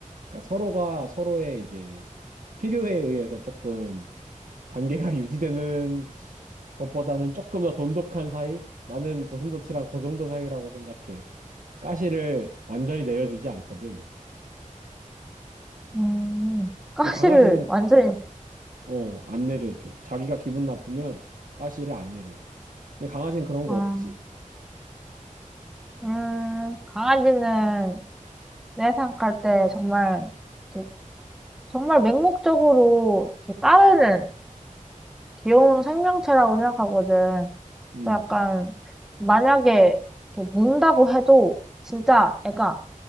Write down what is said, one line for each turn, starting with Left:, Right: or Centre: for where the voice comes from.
Right: 그러니까 서로가 서로의 이제 필요에 의해서 조금 관계가 <laughs> 유지되는 것보다는 조금 더 돈독한 사이? 나는 고슴도치랑 그 정도 사이라고 생각해. 가시를 완전히 내려주지 않거든.
Centre: 음, 가시를
Right: 근데 강아지는
Centre: 완전히,
Right: 어, 안 내려줘. 자기가 기분 나쁘면 가시를 안 내려줘. 근데 강아지는 그런 거
Centre: 아,
Right: 없지.
Centre: 음, 강아지는 내 생각할 때 정말, 이렇게 정말 맹목적으로 이렇게 따르는 귀여운 생명체라고 생각하거든.
Right: 음.
Centre: 약간 만약에 이렇게 문다고 해도 진짜 애가